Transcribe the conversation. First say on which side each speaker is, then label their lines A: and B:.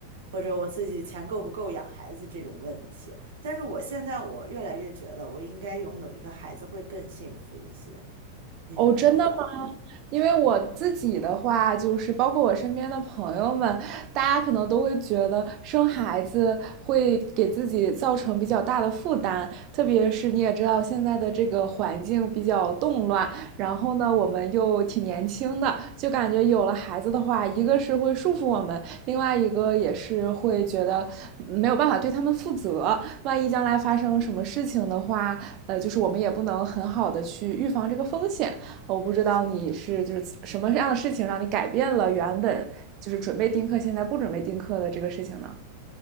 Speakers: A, on the right; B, on the right.
A: 或者我自己钱够不够养孩子这种问题。但是我现在我越来越觉得，我应该拥有一个孩子会更幸福一些。你觉得呢？
B: 哦，真的吗？因为我自己的话，就是包括我身边的朋友们，大家可能都会觉得生孩子会给自己造成比较大的负担，特别是你也知道现在的这个环境比较动乱，然后呢，我们又挺年轻的，就感觉有了孩子的话，一个是会束缚我们，另外一个也是会觉得没有办法对他们负责，万一将来发生什么事情的话，呃，就是我们也不能很好的去预防这个风险。我不知道你是就是什么样的事情让你改变了原本就是准备丁克，现在不准备丁克的这个事情呢？